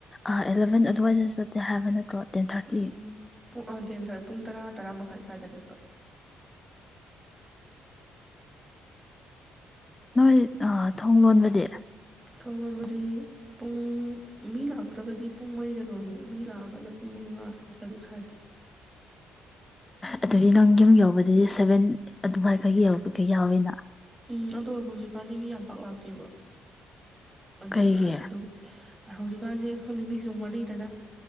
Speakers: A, on the left (about 25°); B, on the right (about 25°).
A: ꯑꯦꯂꯚꯦꯟ ꯑꯗꯨꯋꯥꯏꯗ ꯆꯠꯇꯦ ꯍꯥꯏꯕ ꯅꯠꯇ꯭ꯔꯣ ꯇꯦꯟ ꯊꯥꯔꯇꯤ
B: ꯎꯝ ꯄꯨꯡ ꯍꯟꯊꯦꯟꯥꯔ ꯄꯨꯡ ꯇꯔꯥ ꯇꯔꯥ ꯃꯈꯥꯏ ꯁ꯭ꯋꯥꯏꯗ ꯆꯠꯄ
A: ꯅꯣꯏ ꯊꯣꯡ ꯂꯣꯟꯕꯗꯤ
B: ꯊꯣꯡ ꯑꯃꯗꯤ ꯄꯨꯡ ꯃꯤ ꯂ ꯠꯇ꯭ꯔꯒꯗꯤ ꯄꯨꯡ ꯃꯔꯤꯗ ꯂꯣꯂꯦ ꯃꯤ ꯂꯥꯛꯑꯒꯅ ꯄꯨꯡ ꯃꯉꯥ ꯇꯔꯨꯛ ꯁ꯭ꯋꯥꯏꯗ
A: ꯑꯗꯨꯗꯤ ꯅꯪ ꯌꯨꯝ ꯌꯧꯕꯗꯗꯤ ꯁꯚꯦꯟ ꯑꯗꯨꯃꯥꯏꯈ ꯌꯧꯕꯗꯤ ꯌꯥꯎꯋꯤꯅ
B: ꯎꯝ ꯑꯗꯣ ꯍꯧꯖꯤꯛꯀꯥꯟꯗꯤ ꯃꯤ ꯌꯥꯝ ꯄꯥꯛ ꯂꯥꯛꯇꯦꯕ ꯑꯗꯨꯗꯨꯅ
A: ꯀꯩꯒꯤ
B: ꯑꯗꯨꯝ ꯍꯧꯖꯤꯛꯀꯥꯟꯁꯦ ꯈꯪꯅꯤꯡ ꯃꯤꯁꯤ ꯌꯥꯝ ꯋꯥꯠꯅꯩꯗꯅ